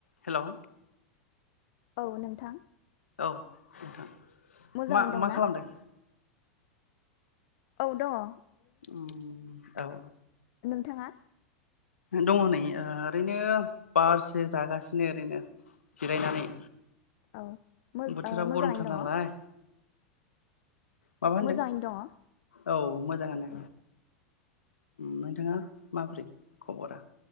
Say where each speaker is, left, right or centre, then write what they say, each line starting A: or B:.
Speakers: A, on the left; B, on the left.
A: Hello
B: औ नोंथां
A: औ नोंथां
B: मोजाङैनो
A: मा-मा
B: दंना
A: खालामदों?
B: औ दंङ
A: उम औ
B: थांङा
A: दंङ नै ओरैनो बारसो जागासिनो ओरैनो जिरायनानै।
B: औ मोज
A: बोथोराबो
B: ओ मोजाङैनो
A: गरमथार नालाय
B: दङ
A: माबा होनदों
B: मोजाङैनो दंङ
A: औ मोजांङानो नोंथाङा माब्रै खबरा?